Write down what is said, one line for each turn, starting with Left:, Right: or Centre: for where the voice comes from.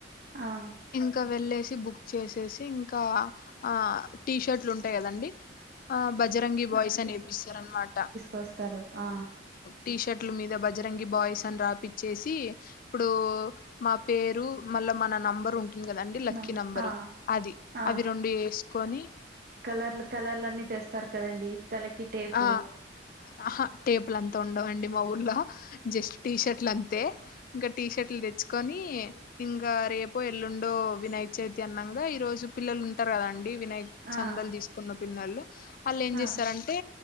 Right: ఆ
Left: ఇంక వెళ్ళే సి బుక్ చేసేసి ఇంకా ఆ టీషర్ట్లు ఉంటయి కదండి ఆ బజరంగి బాయ్స్ అనేపిస్తారనమాట
Right: వస్తరు ఆ
Left: టీ షర్ట్ల మీద బజరంగి బాయ్స్ అని రాపిచ్చేసి ఇప్పుడు మా పేరు మళ్ళ మన నంబర్ ఉం టుంది కదండి లక్కీ
Right: నంబర్
Left: నెంబరు
Right: ఆ
Left: అది
Right: ఆ
Left: అవి రెండు ఏసి కొని
Right: కలర్లు కలర్లు. అన్ని తెస్తారు కదండి తలకి టేపు
Left: ఆ ఆహా టేపులు అంతా ఉండవుండి మా ఊర్లో జస్ట్ టీ షర్ట్లు అంతే ఇంకా టీ షర్ట్లు తెచ్చుకొని ఇంకా రేపో ఎల్లుండో వినాయ చవితి అన్నంగా ఈ రోజు పిల్లలు ఉంటారు కదండి వినాయక్ చందలు
Right: ఆ
Left: తీసుకున్న పిన్నళ్లు వాళ్ళు ఏం చేస్తారంటే
Right: ఆ